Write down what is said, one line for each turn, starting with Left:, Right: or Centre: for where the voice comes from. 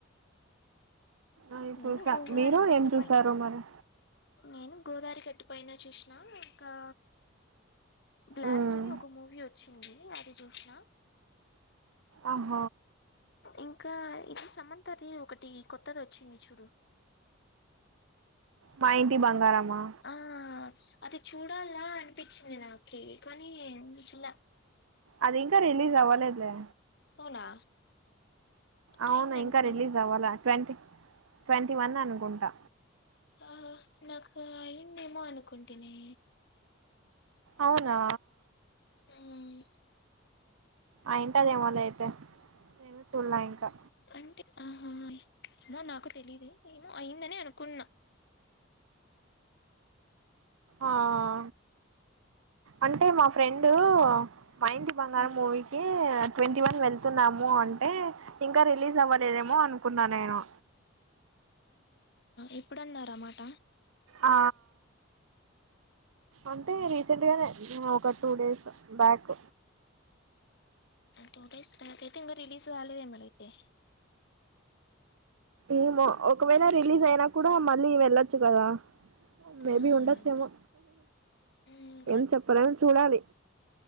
Right: అవి
Left: నేను
Right: చూసా
Left: గోదావరి
Right: మీరు
Left: కట్టు
Right: ఏం చూసారు
Left: పై
Right: మరి
Left: నేను గోదావరి గట్టు పోయినా చూసిన ఇంగా బ్లాస్ట్
Right: మ్మ్
Left: అని ఒక మూ వచ్చింది అది చూసిన
Right: ఆహ
Left: ఇంకా ఇది సమంతాది ఒకటి కొత్తది వచ్చింది చూడు
Right: మా ఇంటి బంగారమా
Left: ఆ అది చూడాలా అనిపించింది నాకి కానీ చుల
Right: అది ఇంకా రిలీజ్ అవ్వలేదులే
Left: అవునా
Right: అవును
Left: అయింది
Right: ఇంకా
Left: అనుకోండి
Right: రిలీజ్ అవ్వాలా ట్వంటీ ట్వంటీ వన్ అనుకుంటా
Left: ఆ నాకు అయ్యిందేమో అనుకుంటిని
Right: అవునా
Left: ఉమ్
Right: అయ్యుంటాది ఏమోలే అయితే చూడలే ఇంకా
Left: అంటే ఆహా ఏమో నాకు తెలీదే అయ్యిందనే అనుకున్నా
Right: ఆహా అంటే మా ఫ్రెండు మా ఇంటి బంగారం
Left: ఉమ్,
Right: మూవీకి ట్వంటీ వన్ వెళ్తున్నాము అంటే ఇంకా రిలీజ్ అవ్వలేదేమో అనుకున్నా నేను
Left: ఎప్పుడన్నారు ఆ మాట
Right: ఆ అంటే రీసెంట్ గానే ఒక two days back
Left: two days back అయితే ఇంగా రిలీజ్ కాలేదేమో లే అయితే
Right: ఏమో ఒకవేళ రిలీజ్ అయినా కూడా మళ్ళీ వెళ్ళొచ్చు కదా మేబి
Left: ఆ అవునంతే
Right: ఉండొచ్చేమో
Left: ఉమ్
Right: ఏం చెప్పలేం చూడాలి